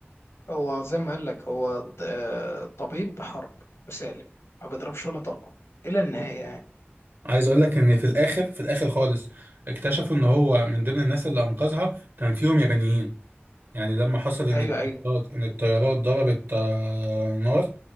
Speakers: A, on the left; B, on the right.
A: هو زي ما قال لك هو ط- آه، طبيب حرب وسالم ما بيضربش ولا طلقه الى النهايه يعني
B: عايز اقول لك ان في الاخر في الاخر خالص اكتشفوا ان هو من ضمن الناس اللي انقذها كان فيهم يابانيين يعني لما حصل ان
A: ايوه
B: الطيارات
A: ايوه
B: ان الطيارات ضربت آه، نار